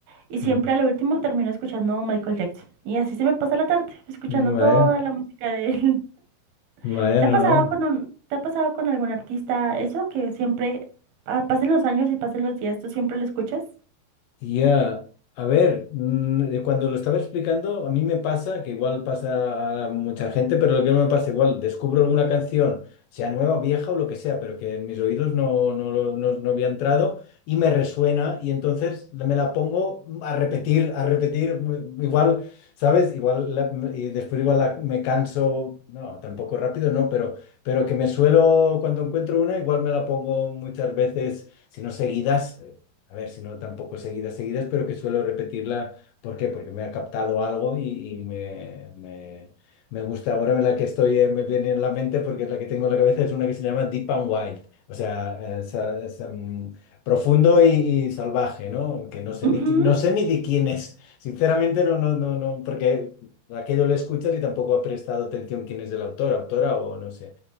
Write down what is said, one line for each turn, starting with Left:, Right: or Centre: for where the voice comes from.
Right: y siempre
Left: mm.
Right: a lo último termino escuchando Michael Jackson. Y así se me pasa la tarde, escuchando
Left: vale,
Right: toda la música de él.
Left: vale,
Right: <laughs> ¿Te
Left: no,
Right: ha pasado
Left: no.
Right: con un, te ha pasado con algún artista eso que siempre ah, pasen los años y pasen los días, tú siempre lo escuchas?
Left: Ya, a ver, mm, eh, cuando lo estaba explicando, a mí me pasa, que igual pasa a mucha gente, pero lo que me pasa igual, descubro alguna canción, sea nueva o vieja o lo que sea, pero que en mis oídos no, no, lo- no, no había entrado y me resuena y entonces me la pongo a repetir, a repetir, mm, igual, ¿sabes? Igual, la- y después igual la- me canso, no, tampoco rápido, no, pero, pero que me suelo, cuando encuentro una, igual me la pongo muchas veces si no seguidas, a ver, si no tampoco seguidas, seguidas, pero que suelo repetirla. ¿Por qué? Porque me ha captado algo y, y me, me, me gusta. Ahora la que estoy, eh, me viene en la mente porque es la que tengo en la cabeza, es una que se llama Deep and Wild. O sea, eh, es, es, mm, profundo y, y salvaje, ¿no? Que no sé
Right: Ujú.
Left: ni, qui- no sé ni de quién es. Sinceramente, no, no, no, no, porque aquello lo escuchas y tampoco ha prestado atención quién es el autor, autora o no sé.